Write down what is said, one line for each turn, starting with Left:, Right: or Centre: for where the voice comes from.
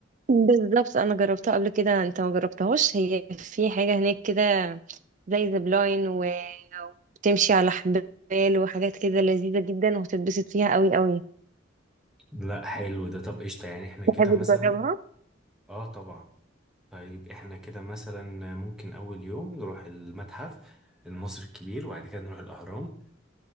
Right: بالظبط أنا جربتها قبل كده أنت ما جربتهاش هي في حاجة هناك كده زي زبلاين و- وبتمشي على حبال وحاجات كده لذيذة جدا وهتتبسط فيها قوي قوي
Centre: لا حلو ده طب قشطة يعني احنا كده
Right: تحب
Centre: مثلا
Right: تجربها
Centre: اه طبعا طيب احنا كده مثلا ممكن اول يوم نروح المتحف المصري الكبير وبعد كده نروح الاهرام